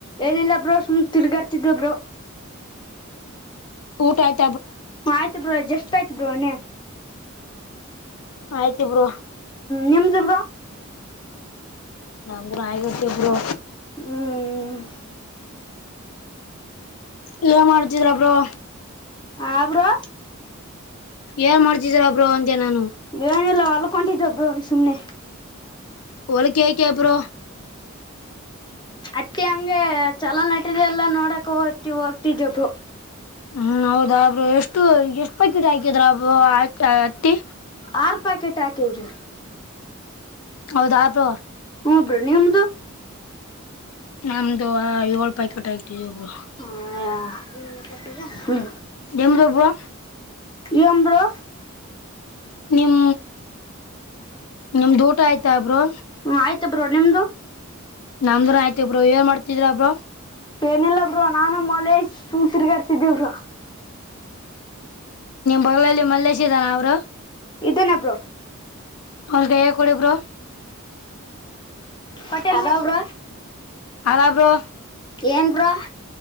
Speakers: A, on the left; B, on the left.
A: ಏನಿಲ್ಲ ಬ್ರೋ ಸುಮ್ ತಿರ್ಗಾಡ್ತಿದ್ದೆ ಬ್ರೊ
B: ಊಟ ಆಯ್ತ್
A: ಹಾಂ ಆಯ್ತು ಬ್ರೊ ಜಷ್ಟ ಆಯ್ತ್ ಬ್ರೋವನೇ
B: ಆಯ್ತು ಬ್ರೋ
A: ನಿಮ್ದಿ ಬ್ರೋ
B: ನಮ್ದು ಆಗಾಯಿತು ಬ್ರೋ
A: ಹ್ಮ್
B: ಇಲ್ಲಾ ಮಾಡ್ತಿದಾ ಬ್ರೋ
A: ಆ ಬ್ರೋ
B: ಏನ್ ಮಾಡ್ತಿದೀರ ಬ್ರೋ ಅಂದೆ ನಾನು
A: ಏನ್ ಇಲ್ಲ ಹೊಲ್ಕೊಟಿದ್ದೊಬ್ರು ಸುಮ್ಮನೆ
B: ಹೋಲ್ ಯಾಕೆ ಬ್ರೋ
A: ಅತ್ತೆ ಹಂಗೆ ಚಲ ನಟದೆಲ್ಲ ನೋಡಕ ಹೋಗ್ತಿ ಹೋಗ್ತಿದ್ದೊ ಬ್ರೋ
B: ಹ್ಮ್ ಹೌದಾಬ್ರು ಎಷ್ಟು ಎಷ್ಟ್ ಪ್ಯಾಕೆಟ್ ಹಾಕಿದ್ರ ಬ್ರೋ ಹತ್ತಿ
A: ಆರ್ ಪ್ಯಾಕೆಟ್ ಹಾಕಿದರು
B: ಹೌದ <unintelligible>
A: ಹುಂ ಬ್ರೋ ನಿಮ್ದು
B: ನಮ್ದು ಆ ಏಳ್ ಪ್ಯಾಕೆಟ್ ಅಕಿದೀವಿ ಬ್ರೋ
A: ಹಾ ಹಾಂ
B: ನಿಮ್ದು ಬ್ರೋ
A: ಏನ್ ಬ್ರೋ
B: ನಿಮ್ ನಿಮ್ದ ಊಟ ಆಯ್ತ ಬ್ರೋ
A: ಹ್ಮ ಆಯ್ತ ಬ್ರೋ ನಿಮ್ದು
B: ನಮ್ದನ್ ಆಯ್ತಿ ಬ್ರೋ ಏನ್ ಮಾಡ್ತಿದ್ರ ಬ್ರೋ
A: ಏನಿಲ್ಲ ಬಬ್ರೋ ನಾನು ಮೊಲೇಶ್ ಸುಮ್ ತೀರ್ಗಡ್ತೀದ್ವಿ ಬ್ರೋ
B: ಬಗಲಲ್ಲಿ ಮಲ್ಲೇಶ್ ಇದ್ದಾನ ಬ್ರೋ
A: ಇದ್ದೇನ ಬ್ರೋ
B: ಅವ್ರಗೈಯ ಕೊಡಿ ಬ್ರೋ
A: ಕೊಟ್ಟೆ ಅದಾವ ಬ್ರೋ
B: ಆದ ಬ್ರೋ
A: ಏನ್ ಬ್ರೋ